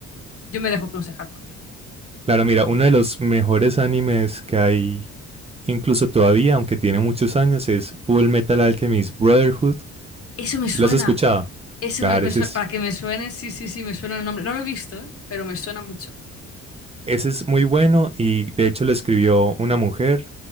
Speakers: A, on the left; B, on the right.
A: yo me dejo aconsejar por ti.
B: Claro, mira, uno de los mejores animes que hay, incluso todavía, aunque tiene muchos años, es Full Metal Alchemist Brotherhood.
A: Eso me suena.
B: ¿Lo has escuchado?
A: Eso
B: Claro,
A: me, me
B: ese
A: suena.
B: es,
A: Para que me suene, sí, sí, sí, me suena el nombre. No lo he visto, ¿eh? Pero me suena mucho.
B: ese es muy bueno y de hecho lo escribió una mujer